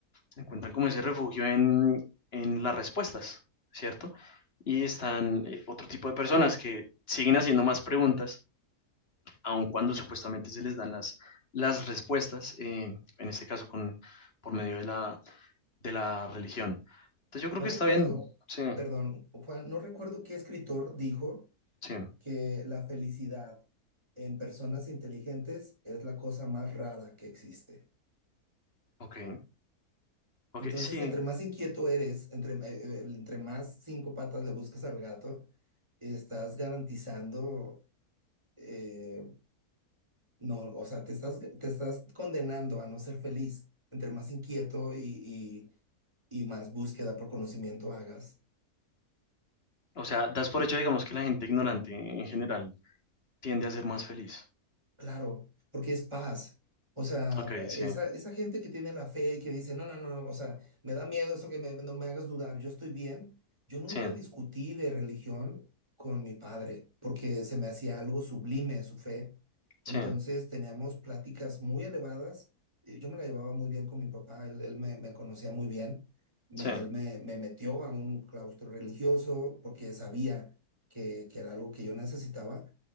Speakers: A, on the left; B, on the right.
A: encuentran como ese refugio en, en las respuestas, ¿cierto? Y están eh, otro tipo de personas que siguen haciendo más preguntas, aun cuando supuestamente se les dan las, las respuestas, eh, en este caso con, por medio de la, de la religión. Entonces yo creo
B: No
A: que
B: recuerdo,
A: está bien, sí,
B: perdón, Juan, no recuerdo qué escritor dijo
A: sí,
B: que la felicidad en personas inteligentes es la cosa más rara que existe.
A: ok, ok,
B: Entonces,
A: sí.
B: entre más inquieto eres, entre, eh, eh, entre más cinco patas le buscas al gato, estás garantizando eh, No, o sea, te estás, te estás condenando a no ser feliz. Entre más inquieto y, y, y más búsqueda por conocimiento hagas,
A: O sea, das por hecho, digamos, que la gente ignorante en general tiende a ser más feliz.
B: Claro, porque es paz. O sea,
A: Ok, sí,
B: esa, esa gente que tiene la fe y que dice, no, no, no, no, o sea, me da miedo eso que me- no me hagas dudar, yo estoy bien. Yo nunca
A: sí,
B: discutí de religión con mi padre porque se me hacía algo sublime su fe.
A: sí,
B: Entonces teníamos pláticas muy elevadas. y Yo me la llevaba muy bien con mi papá, él, él me, me conocía muy bien. Me-
A: sí,
B: él me, me metió a un claustro religioso porque sabía que, que era algo que yo necesitaba